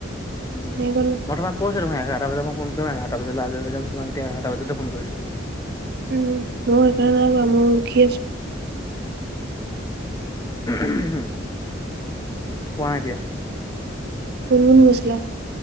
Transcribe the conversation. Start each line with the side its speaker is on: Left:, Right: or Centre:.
Left: উম
Right: নাই কৰা
Left: মই তোমাক কৈছিলোঁ ৰ এঘাৰটা বজাত মই ফোন কৰিম এঘাৰটা বজাত লাহাজ হৈ যাম তোমাৰ এতিয়া এঘাৰটা বজাতে ফোন কৰিছোঁ
Right: উম মই কাৰণব মই উখি আছো
Left: উম কোৱা এতিয়া।
Right: কোন কোন গৈছিলা।